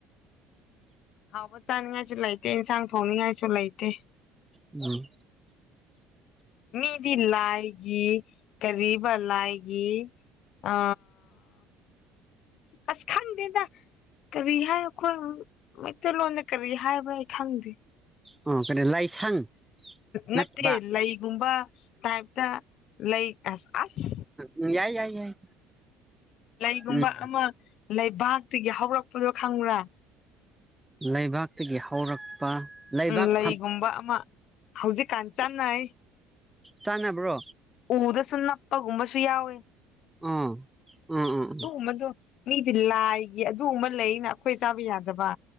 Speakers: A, on the left (about 55°); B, in the centre.
A: ꯍꯥꯎꯕ ꯆꯥꯅꯤꯡꯉꯥꯏꯁꯨ ꯂꯩꯇꯦ ꯏꯟꯁꯥꯡ ꯊꯣꯡꯅꯤꯡꯉꯥꯏꯁꯨ ꯂꯩꯇꯦ
B: ꯎꯝ
A: ꯃꯤꯗꯤꯜꯂꯥꯏ ꯒꯤ ꯀꯔꯤꯕ ꯂꯥꯏꯒꯤ ꯑ ꯑꯁ ꯈꯪꯗꯦꯗ ꯀꯔꯤ ꯍꯥꯏ ꯑꯩꯈꯣꯏ ꯃꯩꯇꯩꯂꯣꯟꯅ ꯀꯔꯤ ꯍꯥꯏꯕ꯭ꯔꯣ ꯑꯩ ꯈꯪꯗꯦ
B: ꯑꯣ ꯀꯩꯅꯣ ꯂꯥꯏꯁꯪ
A: ꯅꯠꯇꯦ
B: ꯅꯠꯇꯕ
A: ꯂꯩꯒꯨꯝꯕ ꯇꯥꯏꯞꯇ ꯂꯩ ꯑꯁ ꯑꯁ
B: ꯎꯝ ꯌꯥꯏ ꯌꯥꯏ ꯌꯥꯏ
A: ꯂꯩꯒꯨꯝꯕ
B: ꯎꯝ
A: ꯑꯃ ꯂꯩꯕꯥꯛꯇꯒꯤ ꯍꯧꯔꯛꯄꯗꯣ ꯈꯪꯕ꯭ꯔꯥ
B: ꯂꯩꯕꯥꯛꯇꯒꯤ ꯍꯧꯔꯛꯄ ꯂꯩꯕꯥꯛ
A: ꯎꯝ ꯂꯩꯒꯨꯝꯕ
B: ꯐꯝ
A: ꯑꯃ ꯍꯧꯖꯤꯛꯀꯥꯟ ꯆꯥꯟꯅꯩ
B: ꯆꯥꯟꯅꯕ꯭ꯔꯣ
A: ꯎꯗꯁꯨ ꯅꯞꯄꯒꯨꯝꯕꯁꯨ ꯌꯥꯎꯋꯦ
B: ꯑꯥ ꯎꯝ ꯎꯝ
A: ꯑꯗꯨꯒꯨꯝꯕꯗꯣ
B: ꯎꯝ
A: ꯃꯤꯗꯤ ꯂꯥꯏꯒꯤ ꯑꯗꯨ ꯑꯃ ꯂꯩꯅ ꯑꯩꯈꯣꯏ ꯆꯥꯕ ꯌꯥꯗꯕ